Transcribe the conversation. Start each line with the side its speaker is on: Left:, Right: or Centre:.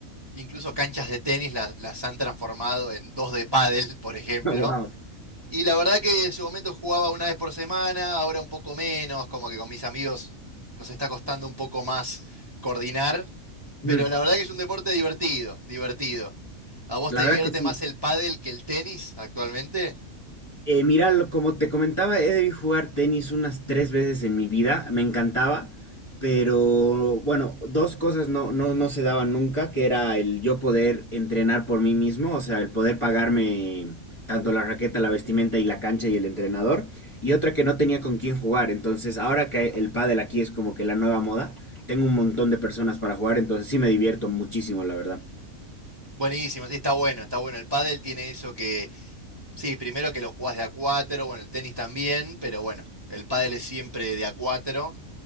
Right: Incluso canchas de tenis las, las han transformado en dos de pádel, <laughs> por ejemplo.
Left: <laughs> wow.
Right: Y la verdad que en su momento jugaba una vez por semana, ahora un poco menos, como que con mis amigos nos está costando un poco más coordinar, pero
Left: Mm,
Right: la verdad que es un deporte divertido, divertido. ¿A vos
Left: La
Right: te divierte
Left: verdad que sí.
Right: más el pádel que el tenis actualmente?
Left: Eh, mira, lo- como te comentaba, he debido jugar tenis unas tres veces en mi vida, me encantaba, pero bueno, dos cosas no, no, no se daban nunca, que era el yo poder entrenar por mí mismo, o sea, el poder pagarme tanto la raqueta, la vestimenta y la cancha y el entrenador, y otra que no tenía con quién jugar, entonces ahora que el pádel aquí es como que la nueva moda, tengo un montón de personas para jugar, entonces sí me divierto muchísimo, la verdad.
Right: Buenísimo, sí, está bueno, está bueno. El pádel tiene eso que, sí, primero que lo jugás de a cuatro, bueno, el tenis también, pero bueno, el pádel es siempre de a cuatro.